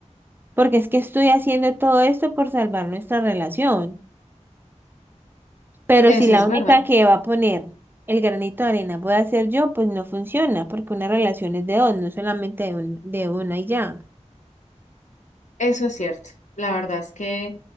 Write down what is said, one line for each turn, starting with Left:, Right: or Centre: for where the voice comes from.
Right: Porque es que estoy haciendo todo esto por salvar nuestra relación. Pero
Left: Eso
Right: si la
Left: es verdad.
Right: única que va a poner el granito de arena voy a ser yo, pues no funciona, porque una relación es de dos, no solamente de, un- de una y ya.
Left: Eso es cierto. La verdad es que